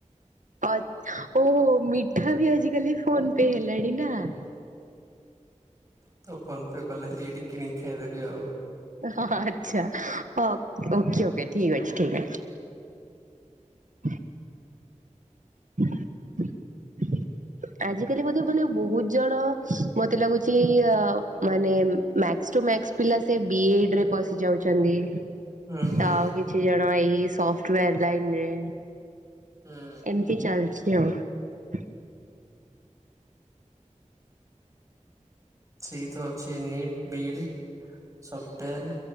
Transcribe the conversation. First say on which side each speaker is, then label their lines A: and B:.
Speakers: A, on the right; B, on the right.
A: ଅଥ ଓହୋ ମିଠା ବି ଆଜିକାଲି ଫୋନ ପେ ହେଲାଣି ନା ।
B: ତ ଫୋନ ପେ କଲେ ଏଇଠି କିଣିକି ଖାଇଦେବି ଆଉ।
A: ହା ହା ହାଆଛା ହଁ ଓକେ ଓକେ ଠିକ୍ ଅଛି ଠିକ୍ ଅଛି । ଅ ହ ଆଜି କାଲି ବୋଧେ ମାନେ ବହୁତ ଜଣ ମତେ ଲାଗୁଛି ଆ ମାନେ ମ୍ୟାକ୍ସ । ଟୁ ମ୍ୟାକ୍ସ ପିଲା ସେ ବି ଇ ଡି ରେ ପଶି ଯାଉଛନ୍ତି।
B: ହୁଁ ହୁଁ
A: ତ ଆଉ କିଛି ଜଣ ଏଇ ସଫ୍ଟାଓୟାର ଲାଇନରେ।
B: ହୁଁ
A: ଏମିତି ଚାଲଛି ଆଉ ।
B: ସେଇ ତ ଅଛି ନିଟ୍ ବିଇଡି। ସଫ୍ଟଓୟାର